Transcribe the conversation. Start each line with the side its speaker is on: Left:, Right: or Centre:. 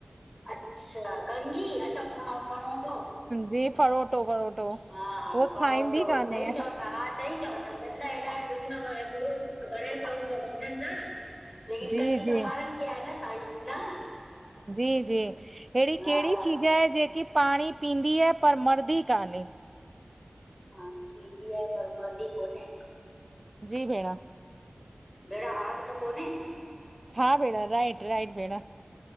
Left: अच्छा कंघी! अच्छा फणो फणो
Right: जी फरोटो फरोटो
Left: हा हा,
Right: उहा
Left: फणोटो
Right: खाईंदी कान्हे
Left: सई चओ ता हा। सही चओ था हेॾा <unintelligible> भरियल त हूंदो आहनि न ॾंद, लेकिन
Right: जी
Left: कंदी
Right: जी
Left: त वारनि खे आहे न सई न
Right: जी जी अहिड़ी
Left: हा
Right: केहिड़ी
Left: वारनि
Right: चीज
Left: खे
Right: आहे, जेकी पाणी पींदी आहे पर मर्दी कान्हे?
Left: पाणी पींदी आहे, पर मर्दी कोन्हे?
Right: जी भेणु।
Left: भेण आग त कोने?
Right: हा भेण, राइट राइट भेण।